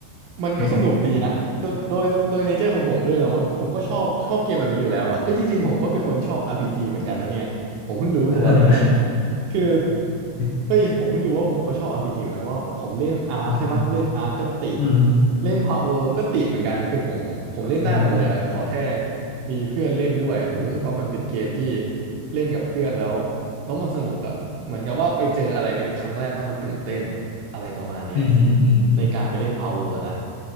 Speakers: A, on the right; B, on the left.
A: มันก็สนุกดีนะโดยโดยโดยเนเจอร์ของผมด้วยแล้วมั้งผมก็ชอบชอบเกมแบบนี้อยู่แล้วอะเอ้ยจริงๆผมก็เป็นคนชอบ
B: <laughs>
A: RPG เหมือนกันนะเนี่ยผมเพิ่งรู้ตัวเลยนะเนี่ย
B: อ่าฮะ
A: คือ
B: <laughs>
A: เฮ้ยผมเพิ่งรู้ว่าผมก็ชอบ RPG เหมือนกันเพราะผมเล่นอาร์คใช่ปะเล่นอาร์คก็ติด
B: อ่าฮะอืมฮึ
A: เล่นพาวเวก็ติดเหมือนกันคือผมผมเล่นได้หมดเลยอะขอแค่
B: โอ้
A: มีเพื่อนเล่นด้วยอะผมรู้สึกว่ามันเป็นเกมที่เล่นกับเพื่อนแล้ว แล้วมันสนุกอะเหมือนกับว่าไปเจออะไรเป็นครั้งแรกแล้วมันตื่นเต้นอะไรประมาณเนี้ย
B: อืมฮึอืมฮึ
A: ในการไปเล่น Power นะ